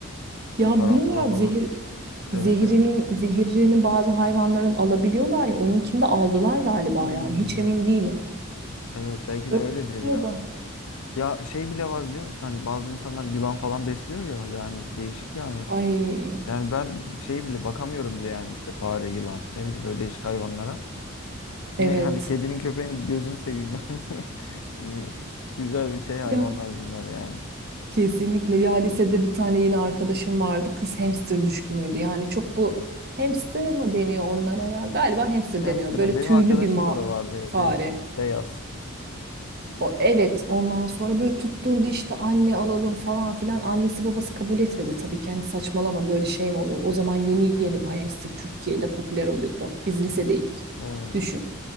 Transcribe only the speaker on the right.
Ya
bilmiyorum
zehir zehrini,
zehirini bazı hayvanların alabiliyorlar ya onunkini de aldılar galiba
yani hiç emin değilim.
Öyle
da.
Ay
evet.
Ya
kesinlikle ya lisede bir tane yine arkadaşım vardı kız hamster düşkünüydü yani çok bu hamster mı deniyor onlara ya galiba hamster
deniyor böyle
tüylü
bir ma
fare.
O, evet ondan sonra böyle tutturdu işte anne alalım falan filan. Annesi babası kabul etmedi tabii ki hani saçmalama böyle şey mi olur. O zaman yeni yeni bu hamster Türkiye'de popüler oluyor. Biz lisedeydik
düşün.